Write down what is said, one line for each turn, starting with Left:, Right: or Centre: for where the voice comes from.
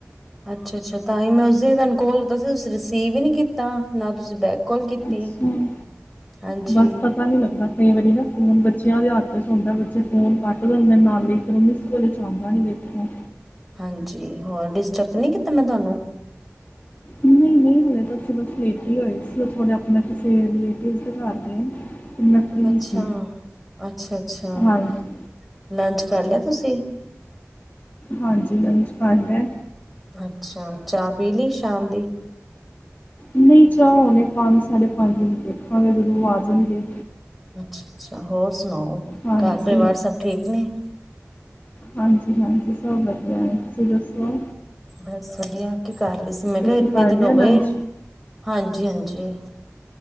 Centre: ਅੱਛਾ-ਅੱਛਾ ਤਾਂ ਈ ਮੈਂ ਉਸ ਦਿਨ ਤੁਹਾਨੂੰ ਕੋਲ ਕੀਤਾ ਸੀ, ਤੁਸੀਂ ਰਿਸੀਵ ਈ ਨੀ ਕੀਤਾ, ਨਾ ਤੁਸੀਂ ਬੈਕ। ਕੋਲ ਕੀਤੀ?
Left: ਅੱਛਾ
Centre: ਹਾਂਜੀ।
Left: ਬਸ ਪਤਾ ਨੀ ਲਗਦਾ ਕਈ ਵਾਰੀ ਨਾ ਫੋਨ ਬੱਚਿਆਂ ਦੇ ਹੱਥ ਚ ਹੁੰਦਾ, ਬੱਚੇ ਫੋਨ ਕੱਟ ਦਿੰਦੇ ਨੇ ਨਾਲੇ ਫਿਰ। ਪਹਿਲੇ ਜਾਂਦਾ ਨਈ, ਵੇਖਿਆ।
Centre: ਹਾਂਜੀ, ਹੋਰ ਡਿਸਟਰਬ ਤਾਂ ਨਹੀਂ ਕੀਤਾ ਮੈਂ, ਤੁਹਾਨੂੰ?
Left: ਨਈ ਨਈ ਹਲੇ ਤਾਂ ਅਸੀ ਬਸ ਲੇਟੇ ਈ ਹੋਏ ਸੀ। ਓ ਥੋੜੇ ਅਪਨਾ ਕਿਸੇ ਰਿਲੇਟਿਵ ਦੇ ਘਰ ਗਏ। ਫਿਰ ਮੈਂ ਫ੍ਰੀ
Centre: ਅੱਛਾ,
Left: ਸੀ
Centre: ਅੱਛਾ-ਅੱਛਾ,
Left: ਹਾਂਜੀ
Centre: ਲੰਚ ਕਰ ਲਿਆ ਤੁਸੀਂ?
Left: ਹਾਂਜੀ, ਲੰਚ ਕਰ ਲਿਐ।
Centre: ਅੱਛਾ, ਚਾਹ ਪੀ ਲਈ ਸ਼ਾਮ ਦੀ।
Left: ਨਹੀਂ ਚਾਹ ਹੁਣੇ ਪੰਜ - ਸਾਢੇ ਪੰਜ ਵਜੇ ਦੇਖਾਂਗੇ, ਜਦੋਂ ਆ ਜਾਣਗੇ
Centre: ਅੱਛਾ - ਅੱਛਾ, ਹੋਰ ਸੁਣਾਓ,
Left: ਹਾਂਜੀ
Centre: ਘਰ ਪਰਿਵਾਰ ਸਭ ਠੀਕ ਨੇ?
Left: ਹਾਂਜੀ - ਹਾਂਜੀ ਸਭ ਵਧੀਆ ਏ, ਤੁਸੀਂ ਦੱਸੋ?
Centre: ਬਸ ਵਧੀਆ, ਕੀ ਕਰ ਰਹੇ ਸੀ? ਮੈਂ
Left: ਤੁਸੀਂ
Centre: ਕਿਹਾ, ਇਤਨੇ
Left: ਕਰ
Centre: ਦਿਨ
Left: ਲਿਆ
Centre: ਹੋ
Left: ਲੰਚ
Centre: ਗਏ, ਹਾਂਜੀ - ਹਾਂਜੀ।